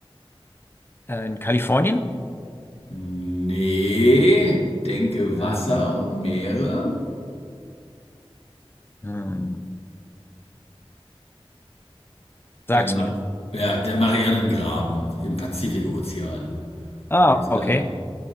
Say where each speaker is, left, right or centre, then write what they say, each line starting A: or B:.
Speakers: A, on the left (about 20°); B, on the left (about 90°).
A: Äh, In Kalifornien?
B: Nee, denke
A: Hm,
B: Wasser und Meere.
A: hm. Sag's
B: Der, Ma
A: mir.
B: ja, der Marianengraben im Pazifikozean.
A: Ah,
B: Der ist
A: okay.
B: da.